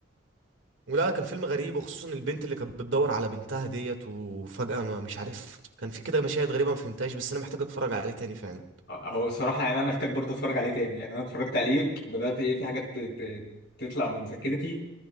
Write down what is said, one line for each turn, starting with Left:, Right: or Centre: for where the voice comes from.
Right: ولا كان فيلم غريب وخصوصا البنت اللي كانت بتدور على بنتها ديت وفجأة ما مش عارف كان في كده مشاهد غريبة ما فهمتهاش بس انا محتاج اتفرج عليه تاني فعلا
Left: هو الصراحة يعني أنا محتاج برضه أتفرج عليه تاني يعني أنا اتفرجت عليه بدأت إيه في حاجات ت- ت- تطلع من ذاكرتي